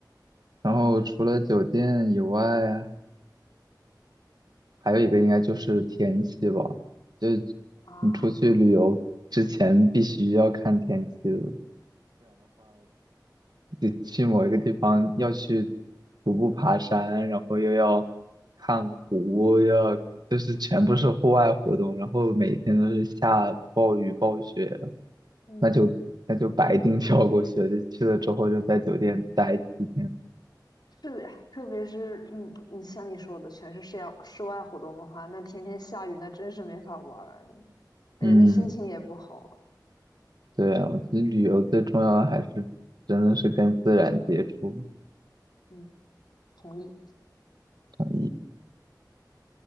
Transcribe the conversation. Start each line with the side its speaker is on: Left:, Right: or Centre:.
Right: 然后除了酒店以外。还有一个应该就是天气吧，就
Left: 啊。
Right: 你出去旅游之前必须要看天气的。你去某一个地方要去徒步爬山，然后又要看湖，又要就是全部是户外活动，然后每天都是下暴雨暴雪，
Left: 嗯，
Right: 那就那就白丁跳过去了。就去了之后就在酒店待几天。
Left: 是的呀，特别是嗯，嗯，像你说的，全是室外室外活动的话，那天天下雨，那真是没法玩儿，人的心情也不好了。
Right: 嗯，对啊，我觉得旅游最重要的还是真的是跟自然接触，
Left: 嗯，同意。
Right: 同意。